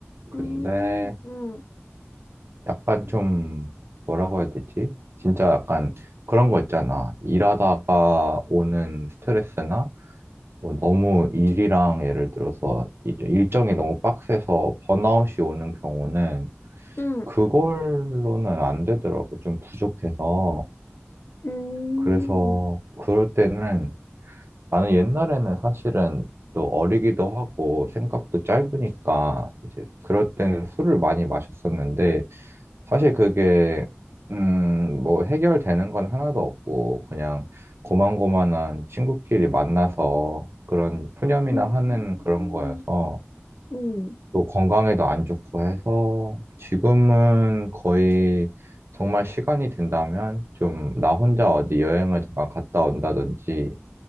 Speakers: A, on the right; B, on the left.
A: 근데
B: 음, 음,
A: 약간 좀 뭐라고 해야 되지? 진짜 약간 그런 거 있잖아. 일하다가 오는 스트레스나 뭐 너무 일이랑 예를 들어서 이- 일정이 너무 빡세서 번아웃이 오는 경우는
B: 음,
A: 그걸로는 안 되더라고. 좀 부족해서.
B: 음,
A: 그래서 그럴 때는 나는 옛날에는 사실은 또 어리기도 하고 생각도 짧으니까 이제 그럴 때는 술을 많이 마셨었는데 사실 그게 음, 뭐 해결되는 건 하나도 없고 그냥 고만고만한 친구끼리 만나서 그런 푸념이나
B: 음,
A: 하는 그런 거여서
B: 음,
A: 또 건강에도 안 좋고 해서 지금은 거의 정말 시간이 된다면 좀 나 혼자 어디 여행을 잠깐 갔다 온다든지